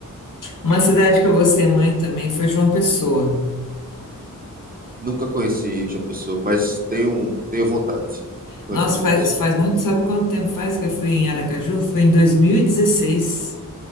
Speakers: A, on the left; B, on the right.
A: Uma cidade que eu gostei muito também foi João Pessoa.
B: Nunca conheci João Pessoa, mas tenho tenho vontade sim, de conhecer
A: Nossa,
B: João
A: faz,
B: Pessoa.
A: faz muito, sabe quanto tempo faz que eu fui em Aracaju? foi em 2016.